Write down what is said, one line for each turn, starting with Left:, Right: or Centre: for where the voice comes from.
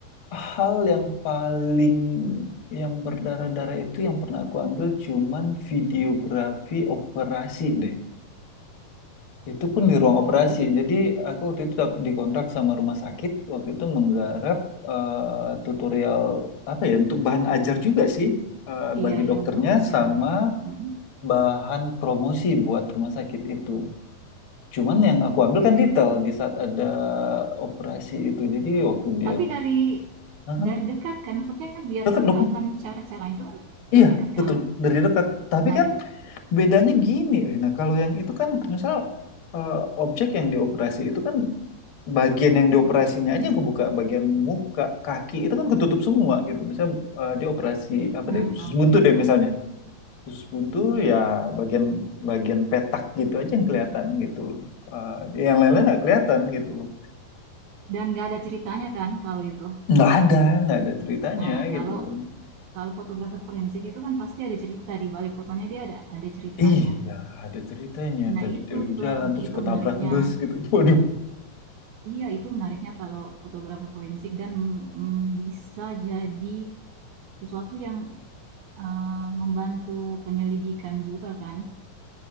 Left: hal yang paling yang berdarah-darah itu yang pernah aku ambil cuman videografi operasi deh. Itu pun
Right: Videografi?
Left: di ruang operasi. Jadi aku waktu itu dap- dikontrak sama rumah sakit. Waktu itu menggarap eh, tutorial apa ya untuk bahan ajar juga sih eh,
Right: Iya
Left: bagi
Right: iya,
Left: dokternya
Right: untuk ngajar
Left: sama
Right: mungkin, mhm,
Left: bahan promosi buat rumah sakit itu. Cuman yang
Right: oke.
Left: aku ambil kan detail di saat ada operasi itu. Jadi waktu dia
Right: Tapi dari
Left: Hah?
Right: dari dekat kan? Maksudnya biar
Left: dekat
Right: kelihatan
Left: dong.
Right: cara cara itu kan
Left: Iya
Right: dari dekat
Left: betul
Right: kan?
Left: dari dekat. Tapi
Right: Nah,
Left: kan Bedanya gini, Lina, kalau yang itu kan misal eh, objek yang dioperasi itu kan bagian yang dioperasinya aja yang kebuka, bagian muka, kaki itu kan ketutup semua gitu. Misal eh, dia operasi apa
Right: mmm,
Left: deh, usus
Right: oke
Left: buntu deh
Right: ya,
Left: misalnya. Usus buntu
Right: iya
Left: ya
Right: iya.
Left: bagian bagian petak gitu aja yang kelihatan gitu loh. Eh, yang lain-lain
Right: Oh,
Left: nggak kelihatan gitu loh.
Right: dan nggak ada ceritanya kan kalau itu?
Left: Nggak ada, nggak ada ceritanya
Right: Nah, kalau
Left: gitu loh.
Right: kalau fotografer forensik itu kan pasti ada cerita, di balik fotonya dia ada ada ceritanya.
Left: Iya, ada ceritanya.
Right: Nah,
Left: Tadi
Right: itu
Left: dia lagi
Right: tuh,
Left: jalan terus
Right: itu
Left: ketabrak
Right: menariknya.
Left: bus gitu. <laughs> Waduh.
Right: Iya, itu menariknya kalau fotografer forensik dan, mmm, bisa jadi sesuatu yang, eee, membantu penyelidikan juga kan.